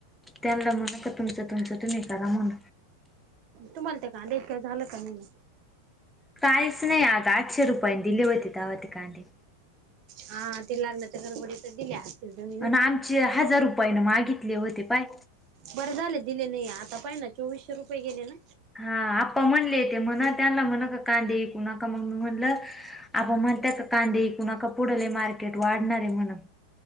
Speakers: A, in the centre; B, on the right.
A: त्यांना म्हणा का तुमचं तुमचं तुम्ही करा म्हण.
B: तुम्हाला ते कांदा <unintelligible> झालं का नाही.
A: कायस नाही आता आठशे रुपय दिली होती तवा ते कादे.
B: हा ते लागणाच्या गडबडीत दिल्या. असतील तुम्ही ना.
A: अन आमचे हजार रुपये ना मागितले होते पाय.
B: बरं झाले दिले नाही आता पाहि ना चोवीसशे रुपये गेले ना.
A: हा आप्पा म्हणले ते म्हणा त्यांना म्हणा का कांदे विकु नका मग म्हणलं. आबा म्हणत्यात कांदे ईकू नका पुधे लई मार्केट वाढणार आहे म्हण.